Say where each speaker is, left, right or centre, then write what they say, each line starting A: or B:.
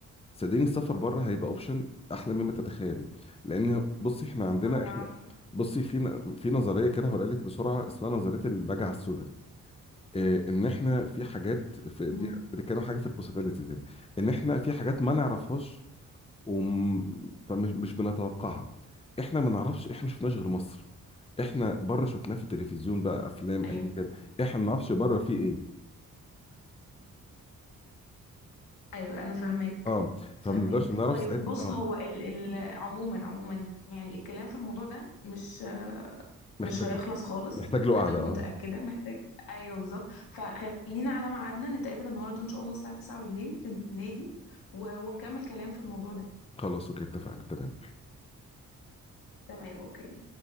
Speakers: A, on the left; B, on the left.
A: صدقني السفر بره هيبقى أوبشن أحلى مما تتخيلي لأن بصي إحنا عندنا
B: اه انا
A: إحنا
B: عارفه
A: بصي في ن- في نظرية كده هقول لك بسرعة اسمها نظرية البجعة السوداء إيه إن إحنا في حاجات في
B: مم.
A: دي بتتكلم حاجة في البوسيبيليتيز يعني إن إحنا في حاجات ما نعرفهاش وم... فمش مش بنتوقعها احنا ما نعرفش احنا ما شفناش غير مصر احنا بره شفناه في التلفزيون بقى افلام
B: ايوه
A: اي كان احنا ما نعرفش بره فيه ايه
B: ايوه انا فاهماك
A: اه
B: فاهماك
A: فما نقدرش نعرف
B: طيب
A: ساعتها
B: بص
A: اه
B: هو ال ال عموما عموما يعني الكلام في الموضوع ده مش آه،
A: محتاج
B: مش هيخلص
A: له
B: خالص
A: محتاج له قعده
B: انا متأكدة
A: اه
B: محتاج ايوه بالظبط فخلينا على ميعادنا نتقابل النهارده ان شاء الله الساعة 9 بالليل في النادي و... ونكمل كلام في الموضوع ده
A: خلاص اوكي اتفقنا تمام
B: تمام اوكي